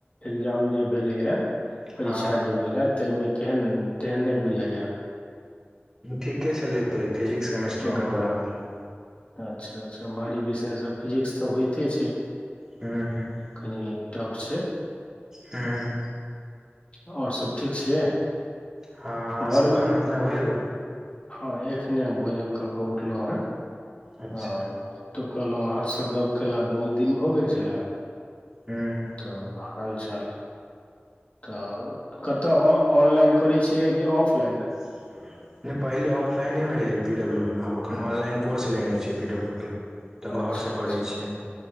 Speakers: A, on the left; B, on the right.
A: एग्जाम जे भेलैए परीक्षा
B: हँ
A: जे भेलै तहिमे केहन तेहन नहि बुझैय।
B: ठीके छलै फिजिक्स केमेिस्ट्री मे
A: ओ
B: गड़बरा गेलै।
A: अच्छा -अच्छा <unintelligible> इ सब फिजिक्स तऽ होइते छै
B: ह ह
A: कनि टफ छै।
B: हँ
A: ओर सब? ठीक छियै
B: हँ अहाँ
A: घरमे
B: सब खाना पीना भ गेल?
A: हँ एखने भोजन कऽ के उठलहुं हेँ
B: अच्छा
A: तो कहलहु अहाँ सँ गप केला बहुत दिन भऽ गेल छलै।
B: ह
A: तऽ हालचाल तऽ कतय ऑनलाइन करै छियै कि ऑफलाइन?
B: नहि पहिले ऑफलाइनेमे रहैय पी डब्लूमे आब एखन ऑनलाइन कोर्स लेने छियै पी डब्लू के। तऽ
A: अच्छा
B: घरसँ
A: अच्छा
B: करै छियै